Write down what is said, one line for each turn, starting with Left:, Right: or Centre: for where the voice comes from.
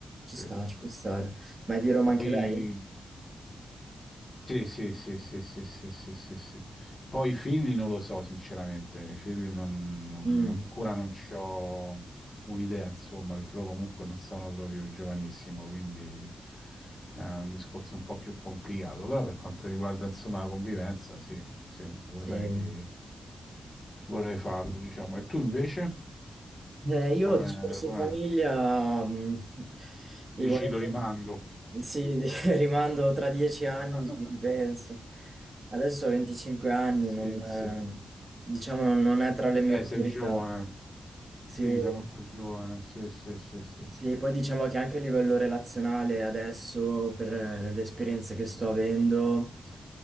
Right: ci
Left: Sì,
Right: sta,
Left: sì.
Right: ci può stare. Ma è di Roma
Left: Poi...
Right: anche lei?
Left: Sì, sì, sì, sì, sì, sì, sì, sì, sì. Poi i figli non lo so, sinceramente, i figli non, non-
Right: Mm,
Left: ancora non c'ho un'idea, insomma, perché poi comunque non sono proprio giovanissimo, quindi è un discorso un po' più complicato, però per quanto riguarda, insomma, la convivenza, sì, sì, vorrei,
Right: sì.
Left: vorrei farlo, diciamo. E tu invece,
Right: Eh, io
Left: come,
Right: discorso
Left: come
Right: famiglia, mm,
Left: dici,
Right: devo essere-
Left: lo rimando?
Right: sì, <laughs> di- rimando tra dieci anni,
Left: <laughs>
Right: ci ripenso. Adesso ho 25 anni,
Left: Sì,
Right: non, eh,
Left: sì.
Right: diciamo non non è tra le mie
Left: Beh,
Right: priorità.
Left: sei giovane. Sì,
Right: Sì,
Left: sei molto giovane, sì, sì, sì, sì, sì,
Right: Sì,
Left: sì.
Right: poi diciamo che anche a livello relazionale adesso, per eh, le esperienze che sto avendo,